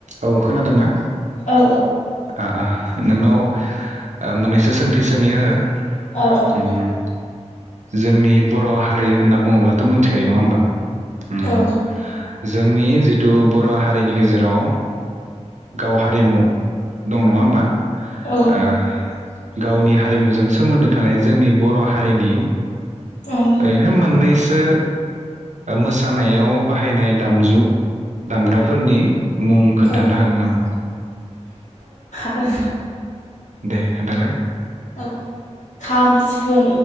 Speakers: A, on the right (about 80°); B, on the left (about 80°).
A: औ खोनादोंना
B: औ
A: आ आ? नोंनाव ओ मोननैसो सोंथि सोंनि आङो
B: औ औ
A: उम जोंनि बर' हारि होनना बुङोब्लाथ' मिथिखायो नङा होमबा? उम
B: औ
A: जोंनि जिथु बर' हारिनि गेजेराव गाव हारिमु दं नङा होमबा
B: औ
A: ओ गावनि हारिमुजों सोमोन्दो थानाय जोंनि बर' हारिनि
B: ओं
A: ओरैनो मोननैस सो मोसानायाव बाहायनाय दामजु दामग्राफोरनि मुं खोनथा
B: औ
A: नो हागोन नामा?
B: <inaudible>
A: दे खोनथालाय
B: औ खाम सिफुं